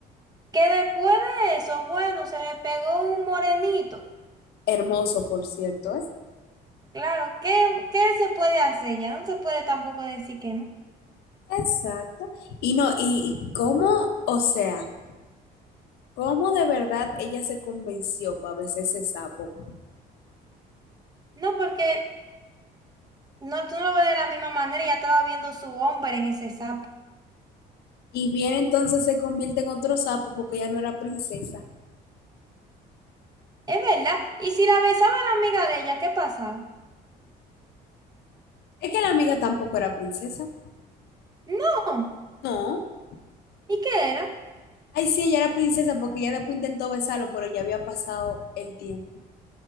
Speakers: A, on the right; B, on the left.
A: Que después de eso, bueno, se le pegó un morenito.
B: Hermoso, por cierto, ¿eh?
A: Claro, ¿qué, qué se puede hacer? Ya no se puede tampoco decir que no.
B: Exacto. Y no, y, y cómo, o sea, cómo de verdad ella se convenció para besar ese sapo.
A: No, porque no, tú no lo ves de la misma manera y ya estaba viendo su hombre en ese sapo.
B: Y bien entonces se convierte en otro sapo porque ella no era princesa.
A: Es verdad. Y si la besaba la amiga de ella, ¿qué pasaba?
B: Es que la amiga tampoco era princesa.
A: No.
B: No.
A: ¿Y qué era?
B: Ay, sí, ella era princesa porque ella después intentó besarlo, pero ya había pasado el tiempo.